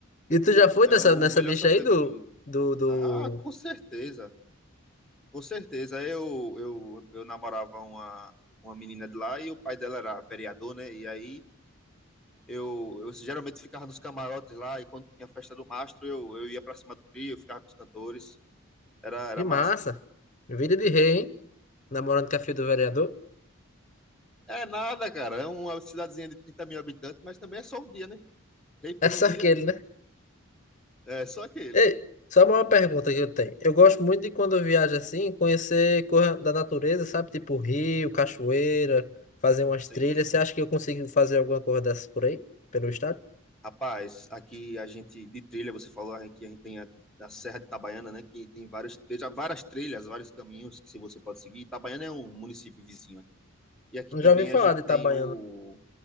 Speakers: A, on the left; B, in the centre.
A: E tu já foi
B: É
A: nessa,
B: o
A: nessa
B: melhor
A: bicha
B: São
A: aí
B: Pedro
A: do,
B: do
A: do, do...
B: Ah, com certeza, com certeza. Eu, eu, eu namorava uma, uma menina de lá e o pai dela era vereador, né? E aí eu, eu geralmente ficava nos camarotes lá e quando tinha festa do mastro eu, eu ia pra cima do trio, eu ficava com os cantores. Era, era
A: De massa.
B: massa.
A: Vida de rei, hein? Namorando com a filha do vereador.
B: É nada, cara. É uma cidadezinha de trinta mil habitantes, mas também é só um dia, né? Rei por
A: É só
B: um dia,
A: aquele, né?
B: é só aquele.
A: Ei, só uma pergunta que eu tenho. Eu gosto muito de quando eu viajo assim, conhecer coisa da natureza, sabe? Tipo rio, cachoeira, fazer umas
B: Sim,
A: trilhas.
B: sim.
A: Você acha que eu consigo fazer alguma coisa dessas por aí? Pelo estado?
B: Rapaz, aqui a gente de trilha, você falou que a gente tem a, a Serra de Itabaiana, né? Que tem vários, veja, várias trilhas, vários caminhos que se você pode seguir. Itabaiana é um município vizinho aqui. E aqui
A: Não
B: também
A: já ouvi falar
B: a gente
A: de Itabaiana.
B: tem o.